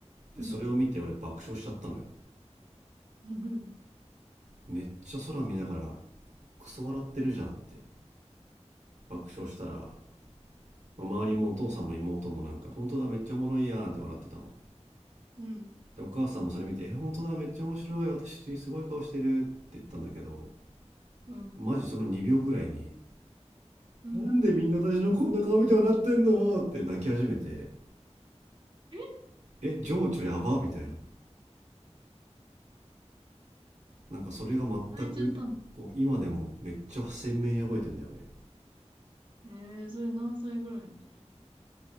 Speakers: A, on the right (about 80°); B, on the right (about 45°).
A: でそれを見て俺爆笑しちゃったのよ
B: ん、うん、うん、うん、
A: めっちゃ空見ながらクソ笑ってるじゃんって爆笑したら、まあ周りもお父さんも妹もなんか本当だめっちゃおもろいやんって笑ってたの
B: うん、
A: でお母さんもそれ見て「え本当だめっちゃ面白い私すごい顔してる」って言ったんだけど
B: うん、
A: マジその2秒ぐらいに
B: うん、
A: 「なんでみんな私のこんな顔見て笑ってんの?」って泣き始めて
B: え
A: 「え情緒やば」みたいななんかそれが全くこう今でもめっちゃ鮮明に覚えてんだよね
B: 泣いちゃったのええ、それ何歳ぐらいの時な